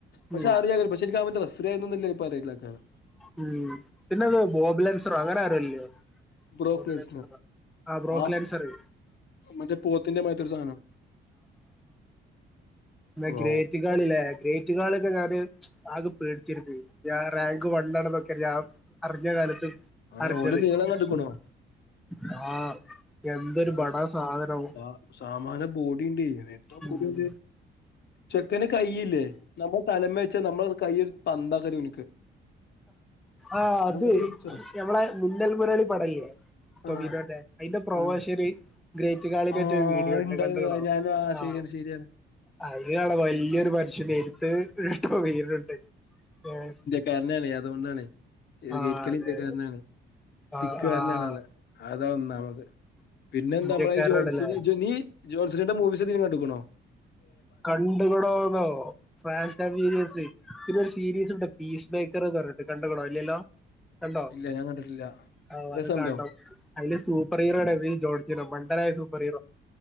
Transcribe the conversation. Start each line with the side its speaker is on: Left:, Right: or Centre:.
Left: പക്ഷേ
Centre: ഉം
Left: അറിയാം പക്ഷേ എനിക്ക് <unintelligible> ഫറിയായൊന്നില്ല പറയില്ല കാരണം
Centre: ഉം പിന്നെത് ബോബ്ലൻസറോ അങ്ങനെ ആരല്ലോ
Left: ബ്രോക്ലേസ്നർ
Centre: ഇല്ലേ ആഹ് ബ്രോക്ക്ലൻസറ്.
Left: ആ മറ്റേ പോത്തിന്റെ മാതിരിത്തെ ഒരു സാധനം
Centre: ന്നെ
Left: വാവൂ
Centre: ഗ്രേറ്റ് കാളിലേ ഗ്രേറ്റ് കാളൊക്കെ ഞാന് ആകെ പേടിച്ചരുത്. ഞാൻ റാങ്ക് വൺ ആണെന്ന് വെ ക്കറിയാം അറിഞ്ഞ കാലത്തും
Left: ആ
Centre: അർജറ്
Left: ഓന്റെ നീളം
Centre: <unintelligible>
Left: കണ്ട്ക്ക്ണോ
Centre: ആഹ് എന്തൊരു
Left: പിന്നെ
Centre: ബടാ
Left: സാ
Centre: സാധനം
Left: സാ സാമാന ബോഡീണ്ട് എന്താ ബോഡി
Centre: ഉം
Left: അവന്റെ ചെക്കന് കയ്യില്ലേ നമ്മള് തലേമ്മേ വെച്ചാ നമ്മളെ കയ്യൊരു പന്താക്കാനറിയാം ഓന്ക്ക്.
Centre: ആഹ്
Left: അങ്ങനത്തെ
Centre: അത്
Left: ഒരു പിച്ചാ
Centre: ഞമ്മളെ മുന്നൽ മുരളി പടല്ലേ ടൊവീനോന്റെ
Left: ആ
Centre: അയിന്റെ പ്രൊമോഷന്
Left: ആ
Centre: ഗ്രേറ്റ് കാളിടെ
Left: ആ
Centre: മറ്റേ വീഡിയോ ഇണ്ട്
Left: ഇണ്ടായിരുന്നു
Centre: കണ്ട്ക്കുണോ
Left: ഞാൻ ആ
Centre: ആഹ്
Left: ശരിയാണ് ശരിയാണ്
Centre: അയില് കാണാൻ
Left: സത്യം
Centre: വല്യൊരു മനുഷ്യനേനും ത് ഏഹ് പ്പൊ വീടുണ്ട് ഏഹ്
Left: കാരനാണ് അതോണ്ടാണ് ഏത്
Centre: ആഹ്
Left: ഗേറ്റ് കളി
Centre: അതെ
Left: ഇന്ത്യകാരനാണ് സിക്ക്
Centre: ആഹ്
Left: കാരനാണ്
Centre: ആഹ്
Left: ആള് അതാ ഒന്ന് നമക്ക് പിന്നെന്താ
Centre: ഇന്ത്യക്കാരനാണല്ലേ
Left: മ്മളേ എ ജോൺസിനീ ജോൺസിനിന്റെ മൂവിസ് എന്തേലും കണ്ട്ക്ക്ണോ?
Centre: കണ്ടുക്ക്ണോന്നോ ഫ്രാൻസ്റ്റാൻ വീരിയെസ്സ്. പിന്നെ ഒരു സീരീസ് ഇണ്ട്. പീസ് ബ്രേക്കറ്ന്നർഞ്ഞ്ട്ട്. കണ്ട്ക്ക്‌ണോ ഇല്ലല്ലോ. കണ്ടോ
Left: ഇല്ല ഞാൻ കണ്ടിട്ടില്ല
Centre: ഔ
Left: രസമുണ്ടോ
Centre: അത് കാണണം. അയില് സൂപ്പർ ഹീറോ ആണ് വീ ജോൺ. മണ്ടനായ സൂപ്പർ ഹീറോ.